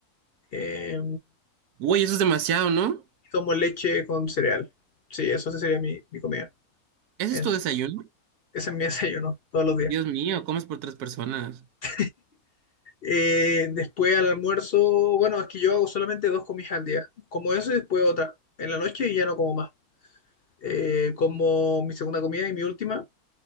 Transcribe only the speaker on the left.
eh,
y tomo leche con cereal. Sí, eso sí sería mi, mi comida.
El-
ese es mi <laughs> desayuno todos los días.
<laughs> Eh, después al almuerzo, bueno, es que yo hago solamente dos comidas al día. Como eso y después otra. En la noche y ya no como más. Eh, como mi segunda comida y mi última.